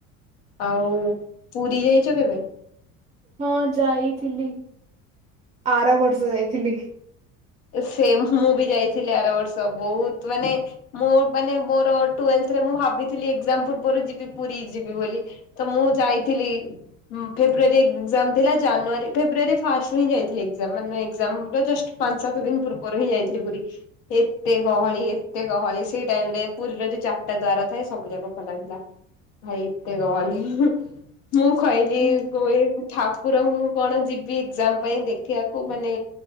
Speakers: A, on the left; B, on the right.
A: ଆଉ ପୁରୀ ଯାଇଚ କେବେ?
B: ହଁ ଯାଇଥିଲି ଆର ବର୍ଷ ଯାଇଥିଲି।
A: ସେମ୍ ମୁଁ ବି ଯାଇଥିଲି ଆର ବର୍ଷ ବହୁତ୍ ମାନେ ମୁଁ ମାନେ ମୋର ଟ୍ୱେଲ୍ଥ୍ ରେ ମୁଁ ଭାବିଥିଲି ଏକ୍ଜାମ୍ ପୂର୍ବରୁ ଯିବି ପୁରୀ ଯିବି ବୋଲି। ତ ମୁଁ ଯାଇଥିଲି। ହଁ ଫେବୃୟାରୀ ଏକ୍ଜାମ୍ ଥିଲା ଜାନୁଆରୀ- ଫେବୃୟାରୀ ଫାଷ୍ଟ ହିଁ ଯାଇଥିଲି ଏକ୍ଜାମ୍ ମାନେ ଏକ୍ଜାମ୍ ରେ ଜଷ୍ଟ୍ ପାଞ୍ଚ୍ ସାତ ଦିନ ପୂର୍ବରୁ ହିଁ ଯାଇଥିଲି ପୁରୀ। ଏତେ ଗହଳି ଏତେ ଗହଳି ସେଇ ଟାଇମ୍ ରେ ପୁରୀର ଯଉ ଚାରିଟା ଦ୍ଵାର ଥାଏ ସବୁ ଯାକ ଖୋଲାଥିଲା। ଭାଇ ଏତେ ଗହଳି ମୁଁ <unintelligible>
B: ହୁଁ
A: ଠାକୁରଙ୍କୁ କଣ ଯିବି ଏକ୍ଜାମ୍ ପାଇଁ ଦେଖିବାକୁ ମାନେ